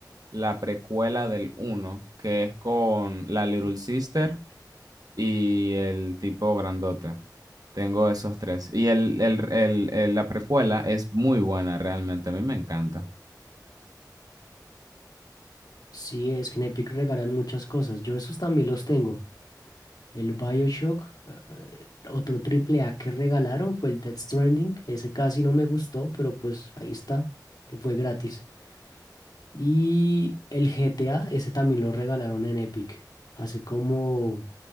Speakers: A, on the right; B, on the left.
A: la precuela del uno que es con la Little Sister y el tipo grandote. Tengo esos tres. Y el, el- el- el- la precuela es muy buena, realmente. A mí me encanta.
B: Sí, es que en Epic regalan muchas cosas. Yo esos también los tengo. El BioShock, eh, otro triple A que regalaron fue el Death Stranding. Ese casi no me gustó, pero pues ahí está. Fue gratis. Y el GTA, ese también lo regalaron en Epic. Hace como